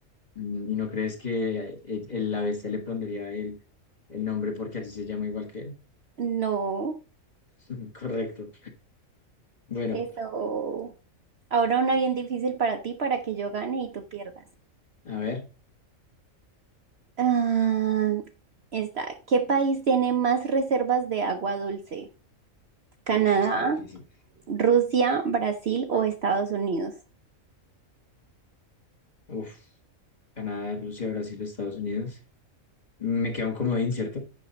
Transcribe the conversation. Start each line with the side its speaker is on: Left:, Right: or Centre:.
Left: Mm, ¿Y no crees que eh, el, el ABC le pondría el, el nombre porque así se llama igual que él?
Right: No,
Left: <laughs> Correcto. Bueno,
Right: eso. Ahora una bien difícil para ti, para que yo gane y tú pierdas.
Left: a ver.
Right: Ah, está. ¿Qué país tiene más reservas de agua dulce? ¿Canadá,
Left: Uy, está difícil.
Right: Rusia, Brasil o Estados Unidos?
Left: Uf. Canadá, Rusia, Brasil, Estados Unidos. Me queda un comodín, ¿cierto?